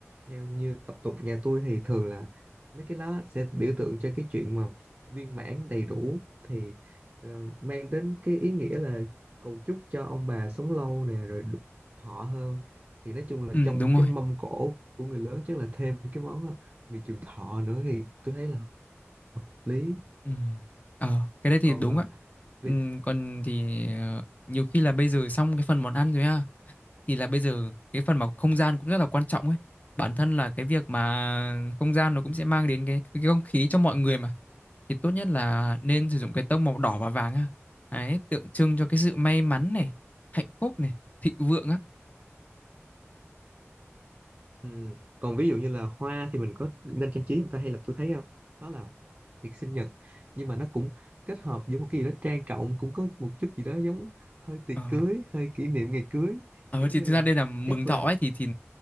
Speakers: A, on the right; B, on the left.
A: theo như tập tục nhà tôi thì thường là mấy cái lá sẽ biểu tượng cho cái chuyện mà viên mãn đầy đủ thì ờ, mang đến cái ý nghĩa là cầu chúc cho ông bà sống lâu nè rồi được thọ hơn thì nói chung là
B: ừ
A: trong
B: đúng rồi
A: cái mâm cỗ của người lớn chắc là thêm cái món ờ, mì trường thọ nữa thì tôi thấy là hợp lý
B: ừ. ờ cái đấy thì
A: còn
B: đúng
A: ờ,
B: á
A: về
B: ừ, còn thì ờ, nhiều khi là bây giờ xong cái phần món ăn rồi á thì là bây giờ cái phần mà không gian cũng rất là quan trọng ấy bản thân là cái việc mà không gian nó cũng sẽ mang đến cái, cái không khí cho mọi người mà thì tốt nhất là nên sử dụng cái tông màu đỏ và vàng ha đấy tượng trưng cho cái sự may mắn này hạnh phúc này thịnh vượng á
A: Ừ. Còn ví dụ như là hoa thì mình có nên trang trí không ta hay là tôi thấy không đó là tiệc sinh nhật nhưng mà nó cũng kết hợp với một cái gì đó trang trọng cũng có một chút gì đó giống hơi tiệc
B: ờ,
A: cưới hơi kỷ niệm ngày cưới
B: ờ
A: kiểu như
B: thì thực
A: là
B: ra đây là mừng
A: chắc
B: thọ
A: là
B: ấy thì thì